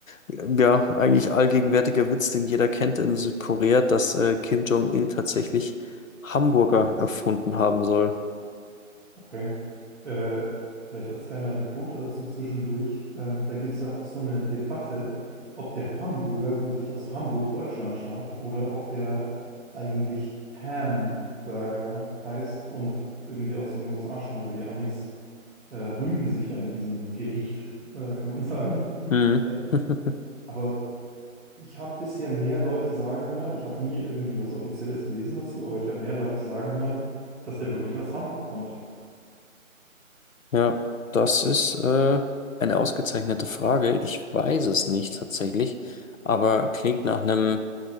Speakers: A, on the left; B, in the centre.
A: ja, eigentlich allgegenwärtiger Witz, den jeder kennt in Südkorea, dass äh, Kim Jong-il tatsächlich Hamburger erfunden haben soll.
B: Okay. Äh, vielleicht als kleine Anekdote dazu zwischendurch. Ähm, da gibt es ja auch so eine Debatte, ob der Hamburger wirklich aus Hamburg, Deutschland stammt oder ob der eigentlich Hamburger heißt und irgendwie aus den USA stammt, weil die Amis äh, rühmen sich ja mit diesem Gericht, äh, kann man <laughs> sagen.
A: Mhm.
B: Äh,
A: <laughs>
B: Aber Ich habe bisher mehr Leute sagen hören, ich habe nie irgendwie was Offizielles gelesen dazu, aber ich habe mehr Leute sagen hören, dass der wirklich aus Hamburg kommt.
A: Ja, das ist äh, eine ausgezeichnete Frage. Ich weiß es nicht tatsächlich, aber klingt nach einem.